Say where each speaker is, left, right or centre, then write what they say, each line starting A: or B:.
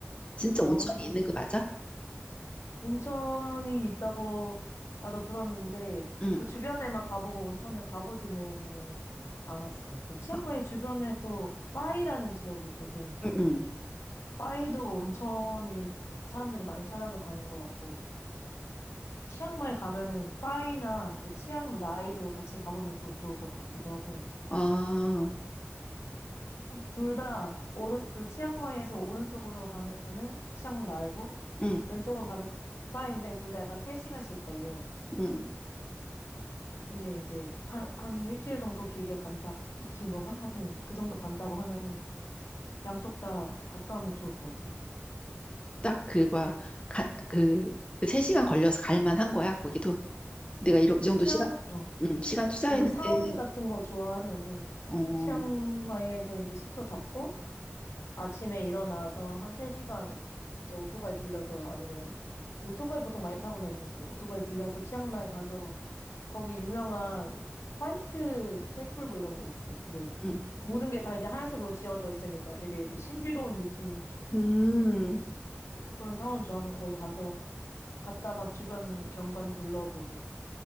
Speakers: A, on the left; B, on the left.
A: 진짜
B: 아,
A: 온천이 있는 거 맞아?
B: 온천이 있다고 나도 들었는데
A: 응,
B: 그 주변에만 가보고 온천을 가보지는 않았어. 그 치앙마이
A: 아,
B: 주변에 또 빠이라는 지역이 있거든.
A: 응, 응.
B: 빠이도 온천이 사람들이 많이 찾아서 가는 것 같고 치앙마이 가면은 빠이나 그 치앙라이도 같이 가보면 또 좋을 것 같기도 하고.
A: 아,
B: 둘 다 오른 그 치앙마이에서 오른쪽으로 가면은 치앙라이고
A: 응,
B: 왼쪽으로 가면 파인데 둘 다 약간 3시간씩 걸려.
A: 응.
B: 근데 이제 한, 한 일주일 정도 길게 간다. 이 긴 건가? 하여튼 그 정도 간다고 하면은 양쪽 다 갔다 오면 좋을 것 같아.
A: 딱 그, 뭐야, 가, 그, 그 3시간 걸려서 갈 만한 거야, 거기도. 내가 이러, 이 정도
B: 치앙
A: 시간,
B: 어
A: 응, 시간 투자했는데,
B: 양사원 같은 거 좋아하면은
A: 어,
B: 치앙마이에서 이제 숙소 잡고 아침에 일어나서 한 3시간 이제 오토바이 빌려서 아니면 오토바이 보통 많이 타고 다니니까 오토바이 빌려서 치앙마이 가서 거기 유명한 화이트 뭐 템플 뭐 이런 거 있어. 근데
A: 응,
B: 모든 게 다 이제 하얀색으로 지어져 있으니까 되게 이제 신비로운 느낌
A: 음,
B: 그런 사원 좋아하면 거기 가서 갔다가 주변 경관 둘러보고